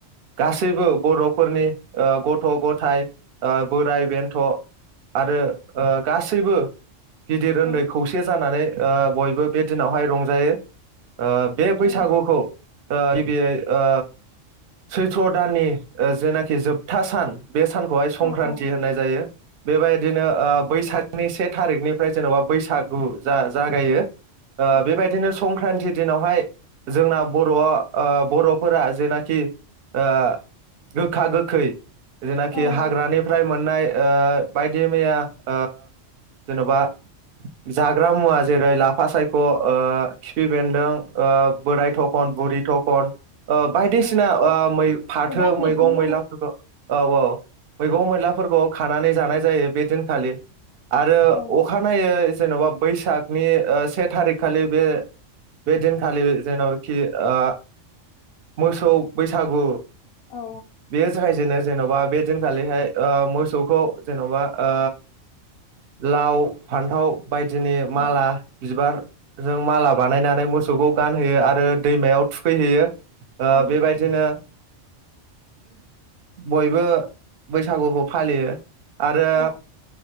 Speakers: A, on the right; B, on the left.
A: गासैबो बर'फोरनि ओ गथ' गथाय ओ बोराय बेन्थ'आरो
B: औ
A: ओ गासैबो गिदिर उन्दै
B: औ
A: खौसे जानानै। ओ बयबो बे दिनावहाय रंजायो। ओ बे बैसागुखौ
B: औ
A: ओ गिबियै ओ सैथ्र' दाननि ओ जेनाखि जोबथा सान बे सानखौहाय संक्रान्ति
B: औ औ
A: होननाय जायो बेबायदिनो ओ बैसाग। नि से थारिखनिफ्राय जेन'बा बैसागु जा-जागायो। ओ
B: औ
A: बेबायदिनो संक्रान्ति। दिनावहाय जोंना बर' ओ बर'फोरा जेनाखि। ओ गोखा गोखै जेनाखि
B: औ
A: हाग्रानिफ्राय मोन नाय ओ बायदि मैया ओ जेनबा जाग्रा मुवा। जेरै लाफा सायख ओ खिफि बेन्दों। ओ बोराय
B: औ
A: थखन बुरि थखन ओ बायदिसिना
B: औ नंगौ
A: ओ मै फाथो
B: गोबां बिदनि
A: मैगं मैलाफोरखौ
B: आरो
A: औ औ मैगं मैलाफोरखौ। खानानै जानाय जायो बे दिनखालि। आरो
B: औ
A: अखानायनायै जेनबा बैसाग। नि ओ से थारिक खालि बे बे दिनखालि जेनखि ओ मोसौ बै सागु।
B: औ
A: बेयो जागायजेनो जेनबा बे। दिनखालिहाय ओ मोसौखौ जेनबा ओ लाव फान्थाव। बायदिनि माला
B: औ
A: बिबार। जों माला बानायनानै
B: औ
A: मोसौखौ। गानहोयो आरो दैमायाव थुखैहैयो। ओ
B: औ
A: बेबाय
B: नंगौ
A: बिदिनो बयबो बैसागुखौ फालियो आरो
B: औ